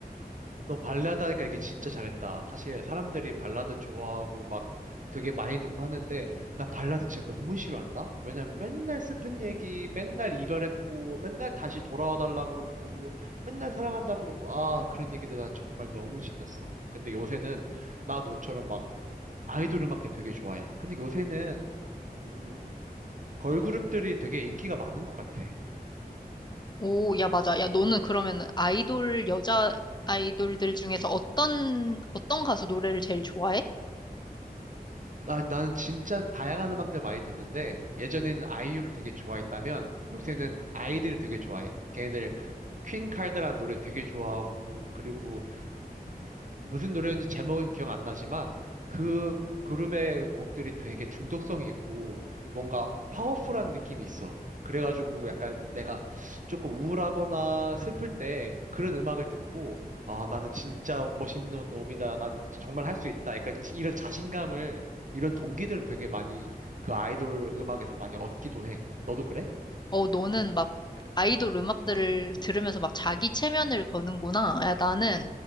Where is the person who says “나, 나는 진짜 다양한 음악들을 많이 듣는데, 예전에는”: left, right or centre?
Right